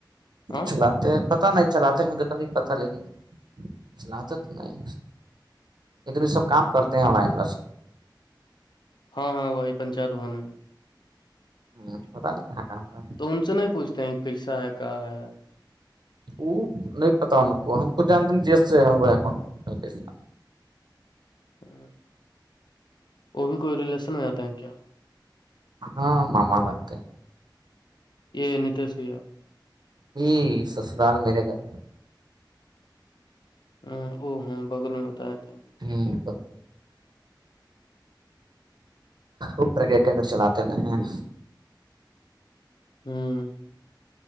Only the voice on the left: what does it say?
ہاں
ہاں ہاں وہی پنچایت بھون میں
تو ان سے نہیں پوچھتے ہیں کیسا ہے کہاں ہے
ہ وہ بھی کوئی ریلیشن میں آتے ہیں کیا
یہ نیتشوئییا
ہ او ہاں بغل میں بتایا تھا
ہوں